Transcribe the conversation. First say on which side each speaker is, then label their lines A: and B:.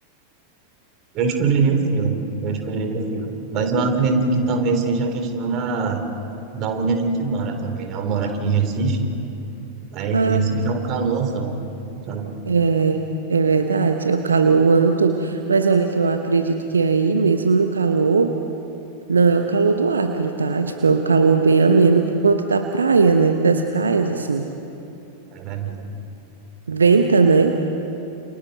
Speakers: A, on the right; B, on the right.
A: Eu escolheria o frio. Eu escolheria o frio. Mas eu acredito que talvez seja a questão da, da onde a gente mora também, né? Eu moro aqui em Recife, aí
B: Ah,
A: em Recife é um calorzão, sabe?
B: é, é verdade, é o calor o ano todo. Mas olha que eu acredito que aí mesmo no calor Não é o calor do Acre, tá? Tipo, é um calor bem ameno por conta da praia, né? Das praias, assim.
A: É verdade.
B: Venta, né?